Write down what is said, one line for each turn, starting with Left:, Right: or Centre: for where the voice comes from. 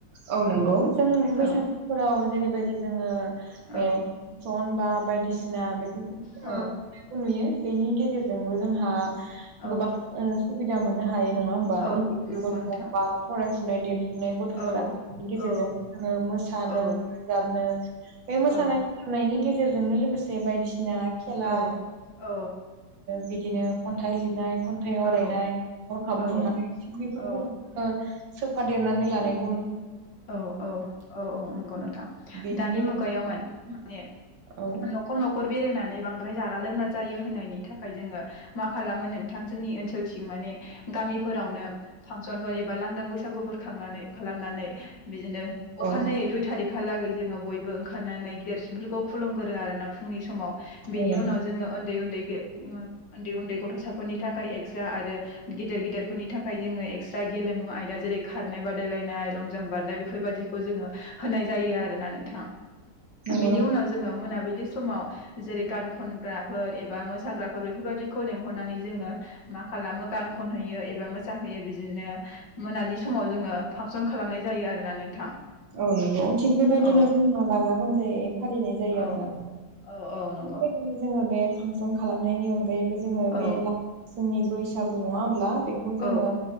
Right: औ नंगौ जों बैसागुफोराव
Left: औ
Right: जेरैबायदि जोङो बेसन
Left: औ
Right: बा बायदिसिना बेफोरखौ
Left: औ
Right: जोङखौ नुयो बेनि गेजेरजोंबो जोंहा
Left: औ
Right: गोबां सुबिदा मोननो हायो नङा होमबा
Left: औ
Right: उन्दैै
Left: नंगौ
Right: गथ'
Left: नोंथां
Right: बा फरायफुनाय देर ने गथ'फोरा।
Left: औ
Right: गेजेरजों
Left: औ
Right: जोङो मोसानो
Left: औ
Right: रोजाबनो बे मोसानायनायनि
Left: औ
Right: गेजेरजों गेजेरजोंनो लोगोसे बायदिसिना खेला
Left: औ
Right: बिदिनो खन्थाइ लिरनाय खन्थाइ आवरायनाय
Left: औ
Right: हरखाब बुंनाय
Left: औ
Right: थिग बेफोरखौबो
Left: औ
Right: सोफादेरनानै लानाय
Left: औ औ औ औ नंग नथां
Right: बेनि
Left: दानि मुगायाव माने
Right: बेलायाव
Left: न'खर न'खर बेरायनानै बांद्राय जान लों जायो होननायनि थाखाय जोङो मा खालामो नोंथां जोंनि ओनसोल थं माने गामिफोरावनो फांसनफोर एबा लांदां बैसागुफोर खांनानै खालामनानै बिदिनो अखानायै
Right: औ
Left: दुइ थारिख बेखालागै जोङो बयबो ओंखारनानै गिदेरसिनफोरखौ खुलुमगोरो आरोोना फुंनि समाव बेनि
Right: औ नंगौ
Left: उनाव जोङो उन्दै उन्दै। उन्दै उन्दै गथ'साफोरनि थाखाय एक्सट्रा आरो गेदेर गेदेरफोरनि थाखाय जोङो एक्सट्रा गेलेमु आयदा जेरै खारनाय बादायलायनाय आइलं। बारनाय बेफोरबायदिखौ जोङो होनाय जायो आरोना नोंथां
Right: नंगौ
Left: बिनि
Right: नंगौ
Left: उनाव जोङो मोना बिलि समाव जेरै गान खनग्राफोर एबा मोसाग्राफोर बेफोरबायाददिखौ लेंहरनानै जोङो मा खालामो गान खनहैयो एबा मोसाहैयो बिदिनो मोनानि समाव जोङो फांसन खालामनाय। जायो आरोना नोंथां।
Right: औ नंगौ थिग बेबायदिनो
Left: औ
Right: जोंहा गाजा गोमजायै फालिनाय जायो
Left: औ
Right: आरो नों
Left: औ औ नंगौ
Right: बेदिनो जोङो बे फांसन खालामनायनि अनगायैबो जोङो
Left: औ
Right: बे ला फुंनि बैसागु नङा होमब्ला। बेखौ जोङो
Left: औ